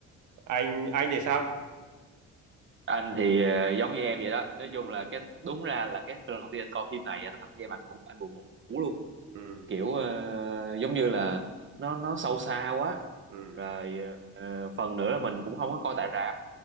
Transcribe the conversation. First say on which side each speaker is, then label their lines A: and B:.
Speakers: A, on the right (about 80°); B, on the right (about 40°).
A: anh anh thì sao
B: anh thì ờ, giống như em vậy đó nói chung
A: ừ
B: là cái đúng ra là cái lần đầu tiên anh coi phim này á, nó thật với em anh cũng anh buồn ngủ luôn
A: ừ
B: kiểu ờ, giống như là nó nó sâu xa quá
A: ừ
B: rồi ờ, phần nữa là mình cũng không có coi tại rạp